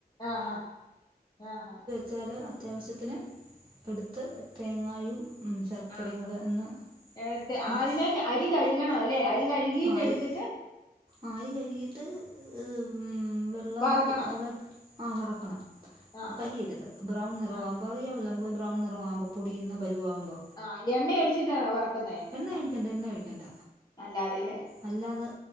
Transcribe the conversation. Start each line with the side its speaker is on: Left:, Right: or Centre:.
Left: ആഹ്ഹ ആഹ്ഹ
Right: ചെല അത്യാവശ്യത്തിന് എടുത്ത് തേങ്ങായും ഉം ശർക്കരയും
Left: ആഹാ
Right: കൂടെ ഒന്ന്
Left: ഏത്തെ
Right: മിക്സ്
Left: ആദ്യമേ അരി കഴുകണം അല്ലേ അരി കഴുകിയിട്ട്
Right: ആഹ് അരി
Left: എടുത്തിട്ട്
Right: ആഹ് അരി കഴുകിട്ട് വ് വെ വെള്ളം
Left: വറക്കണം
Right: തോരാ ആഹ് വറ്ക്കണം
Left: ആ
Right: കരിയരുത് ബ്രൗൺ നിറമാവു
Left: ആ
Right: അപ്പ അറിയാമല്ലോ നമുക്ക് ഒരു ബ്രൗൺ നിറം ആവുമ്പോ പൊടിന്ന പരുവ ആവുമ്പോ
Left: ആഹ് എണ്ണയോഴിച്ചിട്ടണോ വറക്കുന്നേ
Right: എണ്ണ ഒഴിക്കണ്ട എണ്ണ ഒഴിക്കേണ്ട
Left: അല്ലാതെ അല്ലെ
Right: അല്ലാതെ